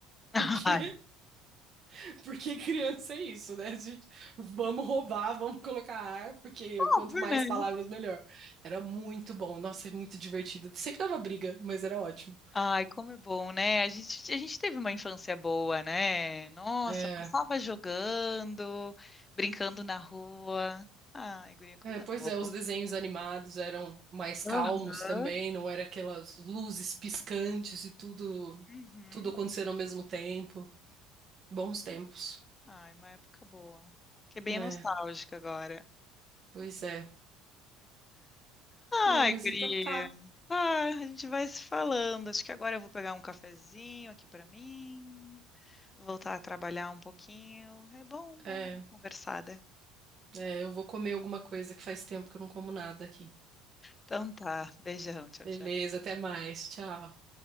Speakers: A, on the left; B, on the right.
A: <laughs>
B: Porque,
A: Ai,
B: <laughs> porque criança é isso, né? A gente, vamos roubar, vamos colocar ar, porque quanto
A: óbvio,
B: mais
A: né?
B: palavras, melhor. Era muito bom, nossa, é muito divertido. Sempre dava briga, mas era ótimo.
A: Ai, como é bom, né? A gente, a gente teve uma infância boa, né? Nossa,
B: É,
A: passava jogando, brincando na rua. Ai, guria, coisa
B: é, pois
A: boa.
B: é, os desenhos animados eram mais calmos
A: Aham.
B: também, não era aquelas luzes piscantes e tudo,
A: Uhum.
B: tudo acontecendo ao mesmo tempo. Bons tempos.
A: Ai, uma época boa. que é bem
B: É,
A: nostálgica agora.
B: pois é.
A: Ai,
B: É, mas
A: queria.
B: então tá.
A: Ah, a gente vai se falando. Acho que agora eu vou pegar um cafezinho aqui pra mim, voltar a trabalhar um pouquinho. É bom, bom
B: É,
A: dar uma conversada.
B: é, eu vou comer alguma coisa que faz tempo que eu não como nada aqui.
A: Então tá, beijão, tchau,
B: Beleza,
A: tchau.
B: até mais. Tchau.